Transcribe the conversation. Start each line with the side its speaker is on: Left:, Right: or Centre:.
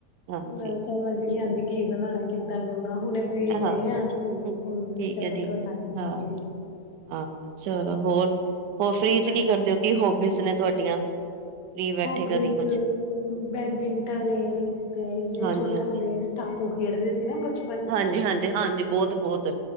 Right: ਹਾਂਜੀ
Left: ਬ ਸਮਝ ਹੀ ਨਹੀਂੀ
Right: ਚਲ
Left: ਆਉਂਦੀ ਕੀ ਬਣਾਣਾ ਕਿੱਦਾਂ ਕਰਨਾ ਹੁਣ ਫਰੀ ਹੋਏ
Right: ਹਾਂ
Left: ਆ ਤੇ
Right: ਠੀਕ
Left: ਹੁਣ ਚਲੋ
Right: ਹੈ ਠੀਕ
Left: ਥੋਾ
Right: ਹੈ
Left: ਟਮ
Right: ਹਾਂ
Left: ਲ ਗ
Right: ਹਾਂ ਚਲੋ ਹੋਰ ਹੋਰ ਫ੍ਰੀ ਚ
Left: ਵਧੀਆ
Right: ਕੀ ਕਰਦੇ ਹੋ ਕੀ ਹੋਬੀਜ਼ ਨੇ ਤੁਹਾਡੀਆਂ ਫ੍ਰਰੀ ਬੈਠੇ
Left: ਹੋਬੀਜ਼
Right: ਕਦੀ ਕੁਛ
Left: ਬੈਡਮਿੰਟਨ ਤੇ ਜਿਵੇਂ
Right: ਹਾਂਜੀ
Left: ਛੋਟਾ
Right: ਹਾਂਜੀ
Left: ਹੁੰਦਾ ਟਾਪੂ ਖੇਡਦੇ ਸੀ ਨਾ ਬਚਪ
Right: ਹਾਂਜੀ ਹਾਂਜੀ ਹਾਂਜੀ ਬਹੁਤ ਬਹੁਤ